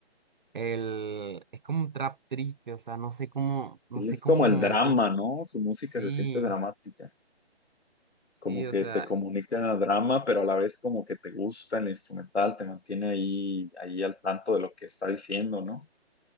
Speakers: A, on the right; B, on the left.
A: el, es como un trap triste, o sea, no sé cómo, no
B: Sí,
A: sé
B: es
A: cómo,
B: como el drama,
A: cómo,
B: ¿no? Su música
A: sí,
B: se siente dramática,
A: sí,
B: como que
A: o sea,
B: te comunica drama, pero a la vez como que te gusta el instrumental, te mantiene ahí, ahí al tanto de lo que está diciendo, ¿no?